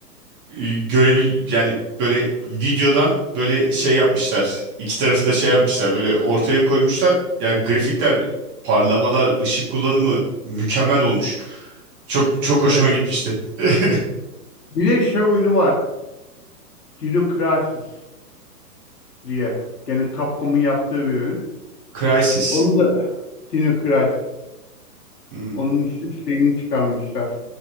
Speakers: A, on the right; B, on the left.
A: e, görebil yani böyle videodan böyle şey yapmışlar. İki tarafı da şey yapmışlar. Böyle ortaya koymuşlar. Ya grafikler, parlamalar, ışık kullanımı mükemmel olmuş. Çok çok hoşuma
B: Evet.
A: gitmişti. <laughs>
B: Bir de şey oyunu var. Dino Crisis diye. yani Capcom'un yaptığı bir oyun.
A: Crysis.
B: Onu da Dino Crisis.
A: Hmm,
B: Onun işte şeyini çıkarmışlar.